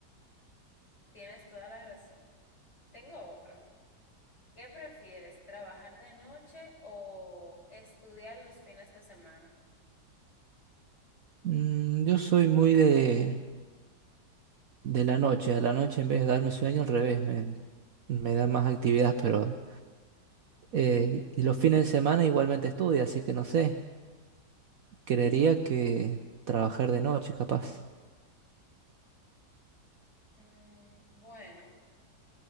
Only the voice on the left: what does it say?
Tienes toda la razón. Tengo otro. ¿Qué prefieres, trabajar de noche o estudiar los fines de semana?
Mm, bueno,